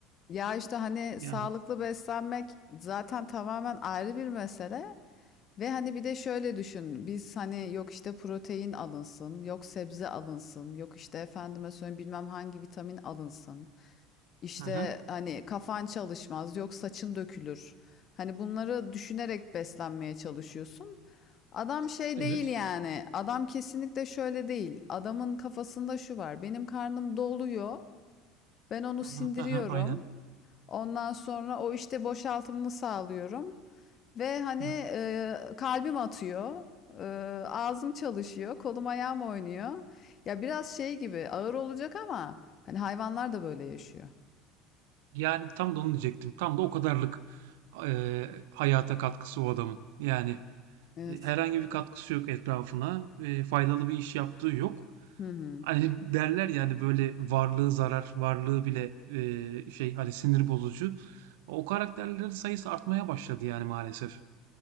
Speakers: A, on the left; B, on the right.
A: ya işte hani
B: Yani.
A: sağlıklı beslenmek zaten tamamen ayrı bir mesele ve hani bir de şöyle düşün. Biz hani yok işte protein alınsın, yok sebze alınsın, yok işte efendime söyleyeyim bilmem hangi vitamin alınsın. İşte
B: Hı hı.
A: hani kafan çalışmaz, yok saçın dökülür. Hani bunları düşünerek beslenmeye çalışıyorsun. Adam şey
B: Evet.
A: değil yani. Adam kesinlikle şöyle değil. Adamın kafasında şu var. Benim karnım doluyor. Ben onu
B: Hı
A: sindiriyorum.
B: hı. Hı hı. Aynen.
A: Ondan sonra o işte boşaltımını sağlıyorum. Ve hani
B: Hı.
A: e, kalbim atıyor. E, ağzım çalışıyor. Kolum ayağım oynuyor. Ya biraz şey gibi ağır olacak ama hani hayvanlar da böyle yaşıyor.
B: Yani tam da onu diyecektim. Tam da o kadarlık eee, hayata katkısı o adamın. Yani
A: Evet.
B: e, herhangi bir katkısı yok etrafına. e, faydalı bir iş yaptığı yok.
A: Hı hı.
B: Hani <laughs> derler yani böyle varlığı zarar, varlığı bile e, şey hani sinir bozucu. O karakterlerin sayısı artmaya başladı yani maalesef.